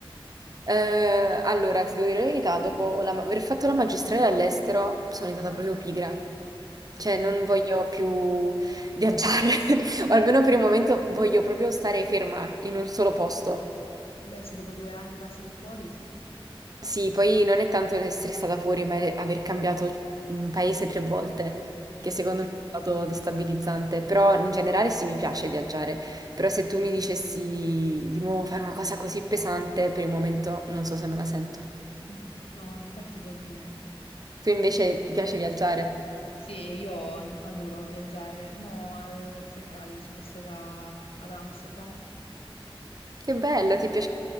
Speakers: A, on the right; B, on the left.
A: Eh, allora, ti devo dire la verità, dopo la ma- aver fatto la magistrale all'estero sono diventata proprio pigra. Cioè,
B: Mm.
A: non voglio più viaggiare, <laughs> o almeno per il momento voglio proprio stare ferma in un solo posto.
B: Beh, sì, dopo due anni passati fuori, sì.
A: Sì, poi non è tanto essere stata fuori, ma è aver cambiato mm, paese tre volte,
B: Eh,
A: che secondo me è stato destabilizzante. Però in generale sì, mi piace viaggiare. Però se tu mi dicessi di nuovo fare una cosa così pesante, per il momento non so se me la sento.
B: mm, no, infatti fai bene.
A: Tu invece ti piace viaggiare?
B: Sì, io adoro viaggiare. Mo', eh, a febbraio sono stata ad Amsterdam.
A: Che bello, ti piace...